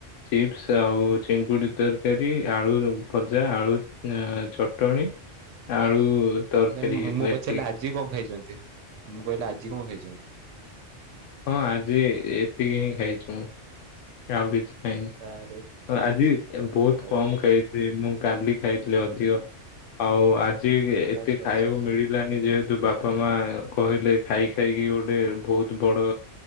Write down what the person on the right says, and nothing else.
ନାଇଁ
ମୁଁ ପଚାରିଲି
ଆଜି କଣ ଖାଇଛନ୍ତି? ମୁଁ କହିଲି ଆଜି କଣ ଖାଇଛନ୍ତି?
ଆରେ
ଓହୋ
ଆଚ୍ଛା
ଆଚ୍ଛା।